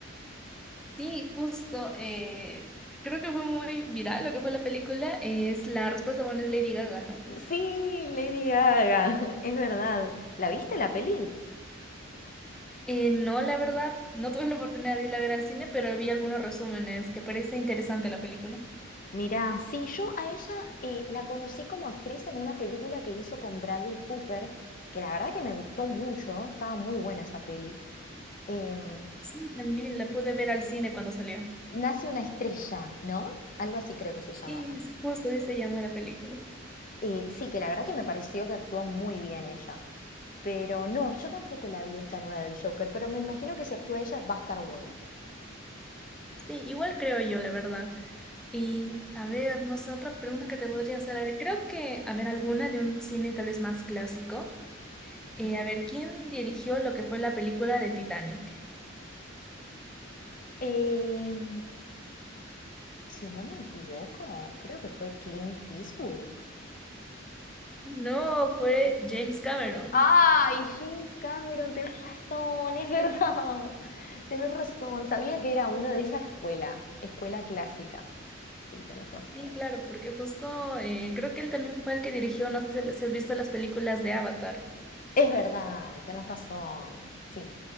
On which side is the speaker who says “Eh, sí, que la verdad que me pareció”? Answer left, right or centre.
Left